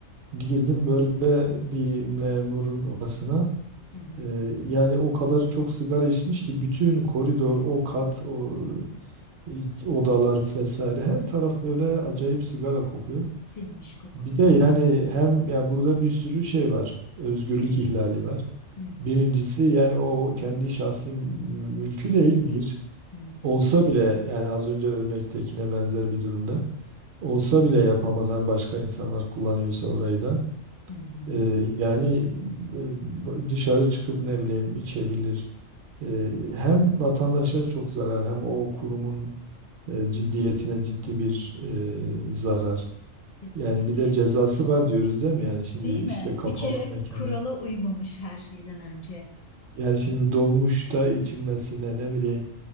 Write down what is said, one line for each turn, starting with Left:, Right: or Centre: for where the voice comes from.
Right: Girdim böyle bir memurun odasına.
Left: Hı hı.
Right: Ee, yani o kadar çok sigara içmiş ki bütün koridor, o kat, o e, odalar vesaire her taraf böyle acayip sigara kokuyor.
Left: Sinmiş koku.
Right: Bir de yani hem ya burada bir sürü şey var. Özgürlük
Left: Hı hı.
Right: ihlali var.
Left: Hı hı.
Right: Birincisi yani o kendi şahsi mü- mülkü değil bir.
Left: Hı hı.
Right: Olsa bile yani az önce örnektekine benzer bir durumda. Olsa bile yapamaz. Hani başka insanlar kullanıyorsa orayı da.
Left: Hı hı.
Right: Ee, yani e, dışarı çıkıp ne bileyim içebilir. Ee, hem vatandaşa çok zarar hem o kurumun e, ciddiyetine ciddi bir e, zarar.
Left: Kesinlikle.
Right: Yani bir de cezası var diyoruz değil mi? Yani şimdi
Left: Değil
Right: işte
Left: mi?
Right: kapalı
Left: Bir kere
Right: mekanı.
Left: kurala uymamış her şeyden önce.
Right: Yani şimdi dolmuşta içilmesine ne bileyim